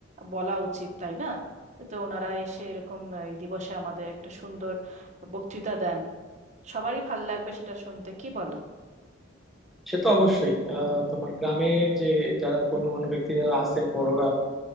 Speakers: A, on the right; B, in the centre.
A: বলা উচিত তাই না যাতে ওনারা এসে এরকম আহ, এই দিবসে আমাদের একটা সুন্দর বক্তৃতা দেন সবারই ভাল লাগবে সেটা শুনতে কি বলো
B: সে তো অবশ্যই আহ, তোমার গ্রামে যে যারা গণ্যমান্য ব্যক্তি যারা আছেন বড়রা